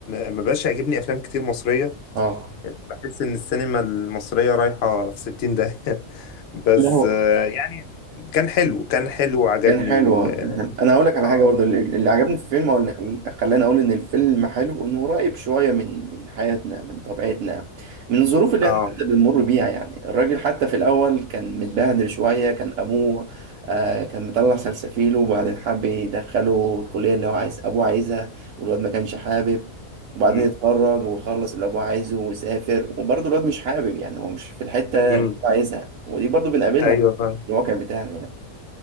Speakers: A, on the left; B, on the right.
A: ما بقاش يعجبني افلام كتير مصريه
B: اه
A: بحس ان السينما المصريه رايحه في 60 داهيه <laughs> بس
B: لا هو
A: آه، يعني كان حلو كان حلو وعجبني
B: كان حلو
A: و
B: آه، كان حلو انا هقول لك على
A: اه
B: حاجه برضو اللي اللي عجبني في الفيلم او اللي خل- خلاني اقول ان الفيلم حلو انه قريب شويه من من حياتنا من طبيعتنا من الظروف اللي
A: اه
B: احنا حتى بنمر بيها يعني الراجل حتى في الاول كان متبهدل شويه كان ابوه آه كان مطلع سلسفيله وبعدين حب يدخله الكليه اللي هو عايز ابوه عايزها والواد ما كانش حابب وبعدين
A: مم.
B: اتخرج وخلص اللي ابوه عايزه وسافر وبرضه الواد مش حابب يعني هو مش في الحته
A: مم.
B: اللي هو عايزها ودي برضه بنقابلها
A: ايوه
B: في
A: فاهم
B: الواقع بتاعنا يعني